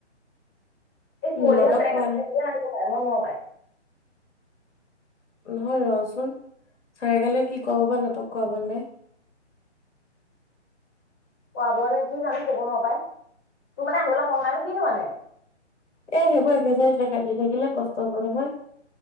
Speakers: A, on the left (about 15°); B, on the left (about 75°).
A: এই কুঁৱলীহত
B: নাটক
A: তেনেকে
B: কৰালে
A: আহিবও পায় নাহিবও পায় মই নোৱাৰো পায়।
B: নহয় ৰহ চোন ছাৰে কেলে কি কৰাব বা নাটক কৰাব নাই।
A: কৰাব নেকি জানো কব নোৱাৰ পাই, তোৰ মানে আহিবলৈ মন নাই নো কিনো মানে?
B: এ সেইবোৰ এক্সাৰচাইজ দেখাই থাকিব থাকিলে কষ্ট হব নহয়।